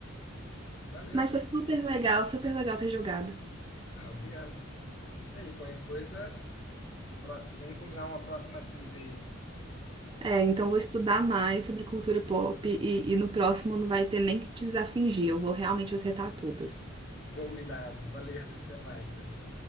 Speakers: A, on the left (about 65°); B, on the right (about 25°).
A: Valeu,
B: Mas
A: Deus.
B: foi super legal, super legal ter jogado.
A: Ah, obrigado. É isso aí. Qualquer coisa, no pró- vamos combinar uma próxima trivia aí.
B: É, então vou estudar mais sobre cultura pop e, e no próximo não vai ter nem que precisar fingir. Eu vou realmente acertar todas.
A: Combinado. Valeu. <laughs> Até mais. Sandra.